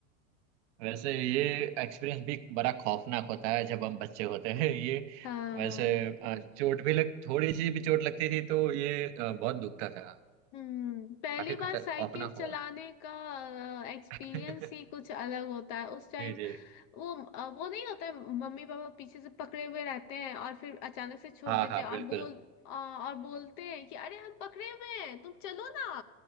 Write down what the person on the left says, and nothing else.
हाँ
हम्म पहली
बार
साइकिल
चलाने
का एक्सपीरियंस
ही कुछ अलग होता है उस टाइम
वो अ, वो नहीं होता है मम्मी पापा पीछे से पकड़े हुए रहते हैं और फिर अचानक से छोड़
देते
हैं और
बोल अ, और बोलते हैं कि अरे हम पकड़े हुए हैं तुम चलो ना